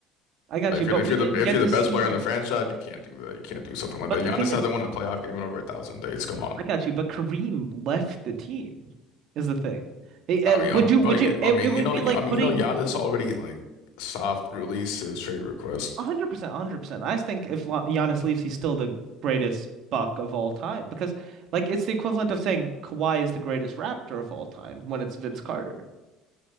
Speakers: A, on the right; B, on the left.
A: I got
B: Like
A: you,
B: if
A: but
B: you're if
A: we
B: you're
A: didn't
B: the if
A: get
B: you're
A: to
B: the best
A: see.
B: player in the franchise, you can't do that. You can't do something like
A: But
B: that.
A: the
B: Giannis
A: thing is,
B: hasn't won a playoff game in over a thousand days. Come on.
A: I got you, but Kareem left the team is the thing. Eh, eh,
B: I mean,
A: would
B: I mean,
A: you would
B: but
A: you
B: you-
A: it,
B: I mean,
A: it would
B: you know,
A: be like
B: I mean,
A: putting
B: you know, Giannis already like soft released his trade request.
A: one hundred percent, one hundred percent. I think if La- Giannis leaves, he's still the greatest Buck of all time because, like, it's the equivalent of saying Kawhi is the greatest Raptor of all time when it's Vince Carter.